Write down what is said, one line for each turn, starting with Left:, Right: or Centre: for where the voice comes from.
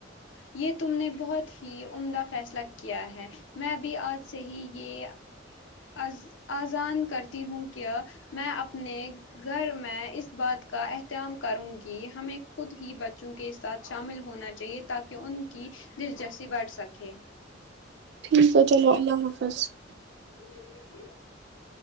Left: یہ تم نے بہت ہی عمدہ فیصلہ کیا ہے میں بھی آج سے ہی یہ از آذان کرتی ہوں کیا میں اپنے گھر میں اس بات کا احتمام کروں گی ہمیں خود ہی بچوں کے ساتھ شامل ہونا چاہیے تاکہ ان کی دلچسپی بڑھ سکے
Right: ٹھیک ہے چلو اللہ حافظ
Left: <unintelligible>